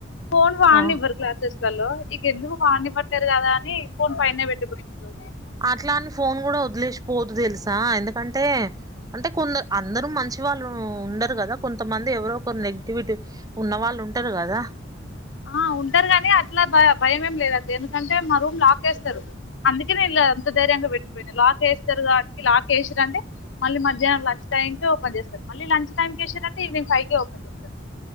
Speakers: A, on the left; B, on the right.
A: ఫోన్ వాన్
B: ఆ
A: నివ్వర్ క్లాసెస్ లలో ఇక ఎందుకు వాన్ నివ్వట్లేరు కదా అని ఫోన్ పైనే పెట్టిపోయింది ఈ రోజు
B: అట్లా అని ఫోన్ కూడా వదిలేస్ పోదు తెలుసా ఎందుకంటే అంటే కొందరు అందరూ మంచి వాళ్ళు ఉండరు కదా కొంతమంది ఎవరోొ ఒకరు నెగిటివిటీ ఉన్న వాళ్ళు ఉంటారు కదా
A: ఆ ఉంటారు కానీ అట్లా భ భయంమేం లేదు అది ఎందుకంటే మా రూమ్ లాక్ ఏస్తారు అందుకేనే ఇలా అంత ధైర్యంగా పెట్టిపోయినా లాక్ ఏస్తారు కాబ ట్ లాక్ వేసిరంటే మళ్ళీ మధ్యాహ్నం లంచ్ టైంకి ఓపెన్ చేస్తారు మళ్ళీ లంచ్ టైంకి ఏశిరంటే ఈవినింగ్ ఫైవ్కి ఓపెన్ చేస్తారు